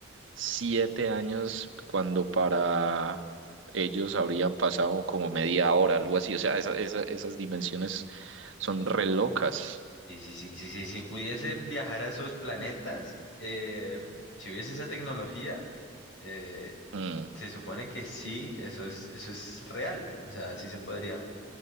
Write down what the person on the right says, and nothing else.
Siete años cuando para ellos habrían pasado como media hora, algo así. O sea, esa- esa- esas dimensiones son re locas.
Mm,